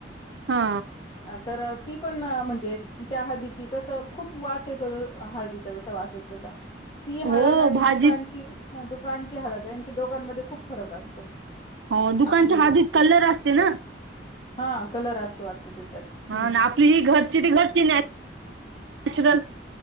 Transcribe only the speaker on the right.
हा
हो
भाजीत
हो दुकानच्या
हळदीत कलर असते ना?
हा
ना आपली हि घरची ती घरची नॅचरल